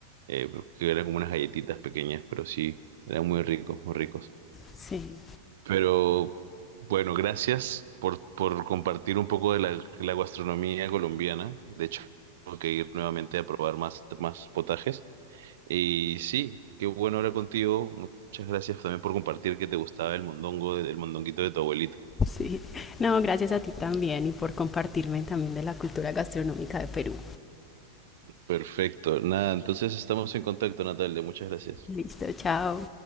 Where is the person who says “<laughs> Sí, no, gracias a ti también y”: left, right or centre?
Left